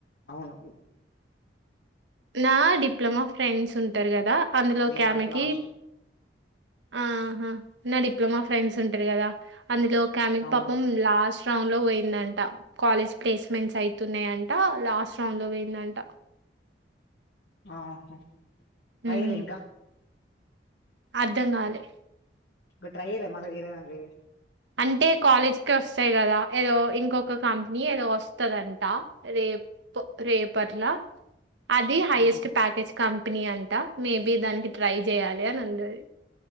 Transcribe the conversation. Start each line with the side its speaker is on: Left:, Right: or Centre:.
Left: అవును
Right: నా డిప్లొమా ఫ్రెండ్స్ ఉంటారు కదా అందులోకి
Left: మే వరకు
Right: ఆమెకి
Left: లాస్ట్
Right: ఆహా నా డిప్లొమా ఫ్రెండ్స్ ఉంటది కదా అందులో ఒక ఆమెకు
Left: అవును
Right: పాపం లాస్ట్ రౌండ్ లో పోయిందంట కాలేజ్ ప్లేస్మెంట్స్ అయితున్నాయంట లాస్ట్ రౌండ్ లో పోయిందంట
Left: ఆహా రాయలే
Right: ఉమ్
Left: ఇంకా
Right: అర్ధం కాలే
Left: ఇంకా ట్రై చేయలేదా మరీ వేరే దాంట్లో ఏవీ
Right: అంటే కాలేజ్ కే వస్తాయి కదా ఏదో ఇంకొక కంపెనీ ఏదో వస్తదంట రేపు రేపట్ల అది హైయెస్ట్
Left: ఆహా
Right: ప్యాకేజ్ కంపెనీ అంటా మేబి దానికి ట్రై చేయాలి అని అన్నది